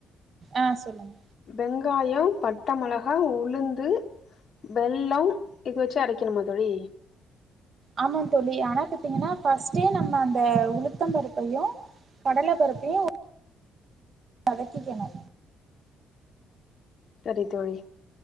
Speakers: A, on the right; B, on the left.
A: ஆ சொல்லுங்
B: வெங்காயம் பட்டமெளகா உளுந்து வெள்ளம் இது வெச்சு அரைக் கணுமா‌த் தோழி
A: ஆமா தோழி ஆனா பாத்தீங்கனா பஸ்ட்டே நம்ம அந்த உளுத்தம்பருப்பையு கடலப்பருப்பையு வதக்கிகனு
B: செரி தோழி